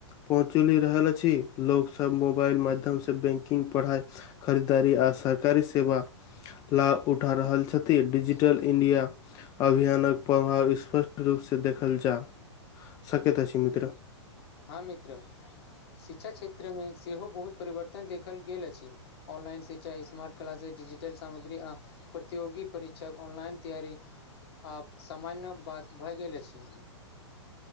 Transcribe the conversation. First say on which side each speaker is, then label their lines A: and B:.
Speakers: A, on the left; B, on the left.
A: पहुँचली रहल अछि लोग सब मोबाइल माध्यमसँ बैंकिंग पढ़ाइ खरीदारी आ सरकारी सेवा लाभ उठा रहल छथि डिजिटल इण्डिया अभियानक प्रभाव स्पष्ट रूपसे देखल जा सकैत अछि मित्र
B: हां मित्र शिक्षा क्षेत्र मे सेहो बहुत परिवर्तन देखल गेल अछि ऑनलाइन शिक्षा स्मार्ट क्लासेस डिजिटल सामग्री आ प्रतियोगी परीक्षाक ऑनलाइन तैयारी आब सामान्य बात भऽ गेल अछि